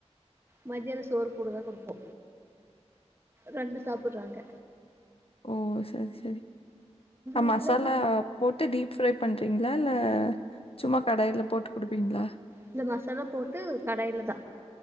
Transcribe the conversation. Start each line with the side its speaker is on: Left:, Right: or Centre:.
Right: மத்யானோ சோறு கூடுதா குடுப்போ ரெண்டு சாப்பிட்றாங்க
Left: ஓ செரி செரி ஆ
Right: வீட்ல
Left: மசாலா போட்டு டீப் ஃப்ரை பண்ணுறீங்களா இல்ல சும்மா கடாய்ல போட்டு குடுப்பீங்களா
Right: இல்ல மசாலா போட்டு கடாயில தா